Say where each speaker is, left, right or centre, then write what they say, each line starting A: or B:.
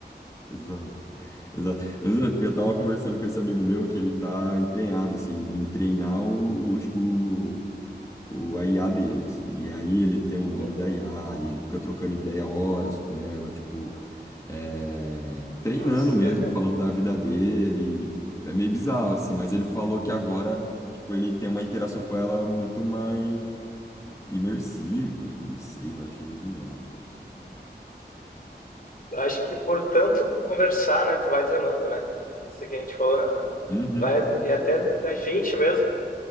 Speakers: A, on the left; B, on the left.
A: Exato. Exato. Eu, eu tava conversando com esse amigo meu que ele tá empenhado, assim, em treinar o, o o, a IA dele, assim. E aí ele tem o nome
B: Uhum.
A: da IA, e ele fica trocando ideia horas com ela, tipo, é, treinando
B: Nossa,
A: mesmo, falando da vida dele. É meio bizarro, assim, mas ele falou que agora, tipo, ele tem uma interação com ela muito mais imersiva. Não sei, mano, achei meio bizarro. Pô, assim.
B: Eu Acho que portanto conversar, né? Tu vai treinando, né? Isso que a gente falou, né?
A: Uhum,
B: Vai, e até da gente mesmo.